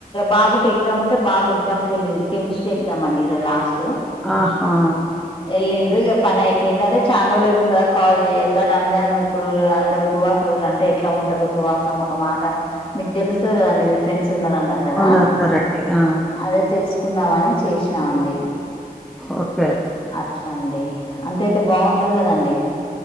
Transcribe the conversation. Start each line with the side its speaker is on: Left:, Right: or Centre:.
Left: బాబుకి ఎగ్జామ్ ఉంటే బాబు ఎగ్జామ్ క వెళ్ళింది కెమిస్ట్రీ ఎగ్జామ్ అండి ఈరోజు లాస్ట్
Centre: ఆహా
Left: వెళ్ళిండు పని అయిపోయింది అదే చానారోజులైతోందిగా కాల్ చేయక రంజాన్ ఇప్పుడు అందరు ఉపవాసులు అంటే ఎట్లా ఉంటారు ఉపవాసం ఒక మాట మీకు తెలుస్తది కదండి మీ ఫ్రెండ్స్ ఉన్నారున్నారు కదా
Centre: ఉన్నారు ఉన్నారండి ఆ
Left: అదే తెలుసు కుందామని చేసినామండి
Centre: ఒట్
Left: అట్లాండి అంత అయితే బాగున్నారు కదండి